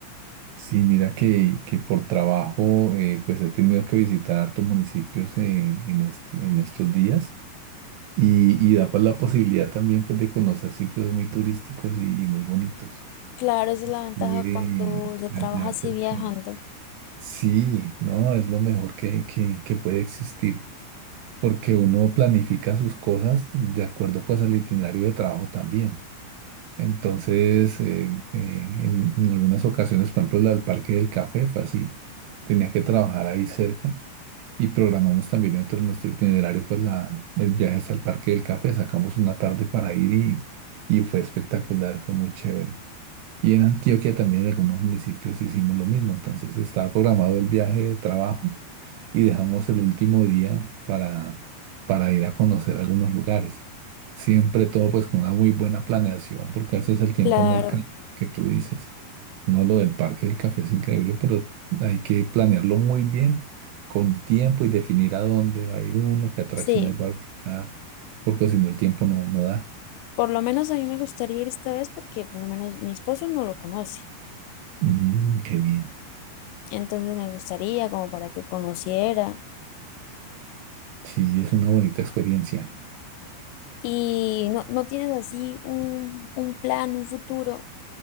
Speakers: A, on the right (about 80°); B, on the left (about 85°).
A: Sí, mira que, que por trabajo eh, pues he tenido que visitar hartos municipios eh, en, este- en estos días y, y da pues la posibilidad también pues de conocer sitios muy turísticos y, y muy bonitos.
B: claro, esa es la ventaja
A: Estuve
B: cuando se trabaja
A: allá
B: así
A: cerca.
B: viajando.
A: Sí, no, es lo mejor que, que, que puede existir porque uno planifica sus cosas de acuerdo pues al itinerario de trabajo también. Entonces, eh, eh, en, en algunas ocasiones, por ejemplo, la del Parque del Café fue así. Tenía que trabajar ahí cerca y programamos también dentro de nuestro itinerario, pues, la, el viaje hasta el Parque del Café. Sacamos una tarde para ir y, y fue espectacular, fue muy chévere. Y en Antioquia también en algunos municipios hicimos lo mismo. Entonces estaba programado el viaje de trabajo y dejamos el último día para, para ir a conocer algunos lugares. Siempre todo pues con una muy buena planeación, porque a veces el tiempo
B: Claro,
A: no alcanza, que tú dices. No lo del parque del café es increíble, pero hay que planearlo muy bien, con tiempo y definir a dónde va a ir uno, qué atracciones
B: sí.
A: va a visitar, porque si no el tiempo no, no da.
B: Por lo menos a mí me gustaría ir esta vez porque por lo menos mi esposo no lo conoce.
A: Mm, qué bien.
B: Entonces me gustaría como para que conociera.
A: Sí, es una bonita experiencia.
B: Y no, no tienes así un, un plan, un futuro